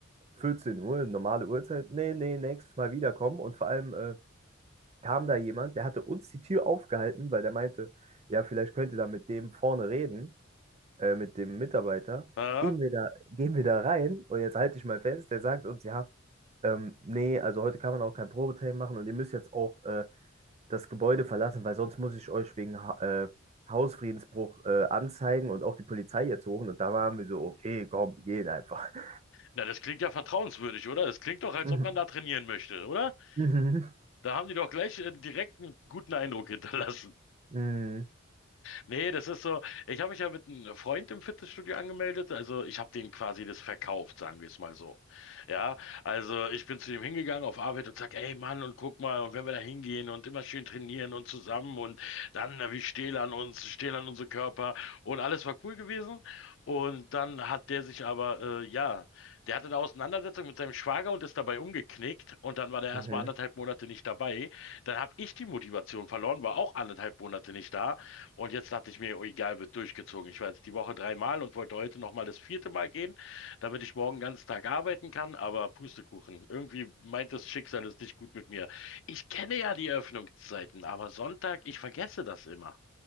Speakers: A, on the right; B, on the left.
A: 14 Uhr, normale Uhrzeit. Nee, nee, nächstes Mal wiederkommen. Und vor allem äh, kam da jemand, der hatte uns die Tür aufgehalten, weil der meinte, ja, vielleicht könnt ihr da mit dem vorne reden, äh, mit dem Mitarbeiter.
B: Ja?
A: Gehen wir da, gehen wir da rein und jetzt halte ich mal fest, der sagt uns, ja, ähm, nee, also heute kann man auch kein Probetraining machen und ihr müsst jetzt auch äh, das Gebäude verlassen, weil sonst muss ich euch wegen ha äh, Hausfriedensbruch äh, anzeigen und auch die Polizei jetzt suchen. Und da waren wir so, okay, komm, wir gehen einfach. <laughs>
B: Na, das klingt ja vertrauenswürdig, oder? Das klingt doch, als
A: Mhm.
B: ob man da trainieren möchte, oder?
A: Mhm.
B: Da haben die doch gleich äh, direkt einen guten Eindruck hinterlassen.
A: Mhm.
B: Nee, das ist so, ich habe mich ja mit einem Freund im Fitnessstudio angemeldet, also ich habe denen quasi das verkauft, sagen wir es mal so. Ja, also ich bin zu dem hingegangen auf Arbeit und sag, ey Mann, und guck mal, und wenn wir da hingehen und immer schön trainieren und zusammen und dann, na, wir stehlen an uns, stehlen an unsere Körper und alles war cool gewesen. Und dann hat der sich aber, äh, ja, der hatte eine Auseinandersetzung mit seinem Schwager und ist dabei umgeknickt und dann war der erstmal
A: Mhm.
B: anderthalb Monate nicht dabei. Dann habe ich die Motivation verloren, war auch anderthalb Monate nicht da. Und jetzt dachte ich mir, oh, egal, wird durchgezogen. Ich war jetzt die Woche dreimal und wollte heute nochmal das vierte Mal gehen, damit ich morgen den ganzen Tag arbeiten kann. Aber Pustekuchen, irgendwie meint das Schicksal es nicht gut mit mir. Ich kenne ja die Öffnungszeiten, aber Sonntag, ich vergesse das immer.